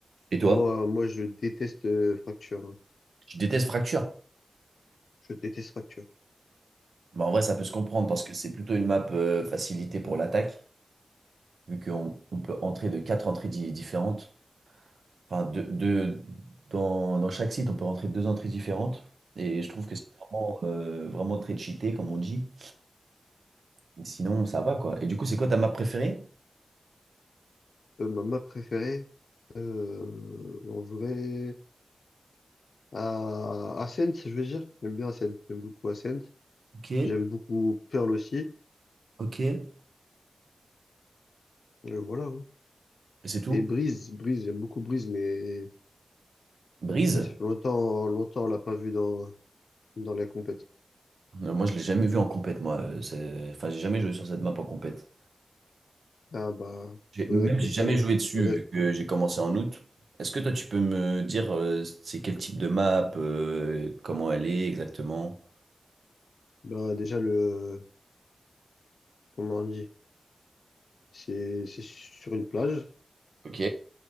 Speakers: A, on the right; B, on the left.
A: Et toi,
B: Et moi moi je déteste euh, Fracture. hein.
A: je déteste Fracture?
B: Je déteste Fracture.
A: Bah, en vrai, ça peut se comprendre parce que c'est plutôt une map euh, facilitée pour l'attaque, vu qu'on on peut entrer de quatre entrées di- différentes. Enfin, de, de- dans, dans chaque site, on peut rentrer deux entrées différentes. Et je trouve que c'est vraiment, euh, vraiment très cheaté, comme on dit. Mais Sinon, ça va, quoi. Et du coup, c'est quoi ta map préférée?
B: Euh, ma map préférée, euh, en vrai, à Ascent, je veux dire. J'aime bien Ascent, j'aime beaucoup Ascent.
A: Ok,
B: J'aime beaucoup Pearl aussi.
A: ok. Et
B: Euh, voilà. hein.
A: c'est tout?
B: Et Breeze, Breeze, j'aime beaucoup Breeze, mais,
A: Brise?
B: mais ça fait longtemps, longtemps, on l'a pas vu dans, dans les compètes.
A: Euh, Moi, je l'ai jamais vu en compète, moi. Euh, c'est- Enfin, j'ai jamais joué sur cette map en compète.
B: Ah bah,
A: J'ai-
B: faudrait
A: Même,
B: que t'essayes.
A: j'ai jamais joué dessus,
B: Faudrait.
A: vu que j'ai commencé en août. Est-ce que toi, tu peux me dire, euh, c'est quel type de map, euh, comment elle est exactement?
B: Bah, déjà, le, comment on dit? C'est, c'est sur une plage,
A: Ok,